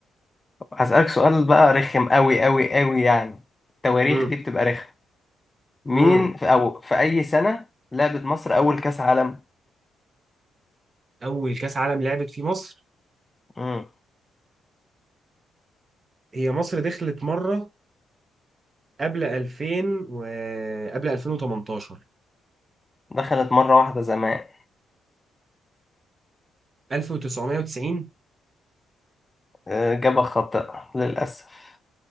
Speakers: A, on the left; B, on the right.
A: هسألك سؤال بقى رخم أوي أوي أوي يعني التواريخ
B: امم
A: دي بتبقى رخمة مين
B: امم
A: في أو في أي سنة لعبت مصر أول كأس عالم؟
B: اول كاس عالم لعبت في مصر
A: مم.
B: هي مصر دخلت مره قبل 2000 و قبل 2018
A: دخلت مرة واحدة زمان
B: 1990
A: آه، إجابة خاطئة للأسف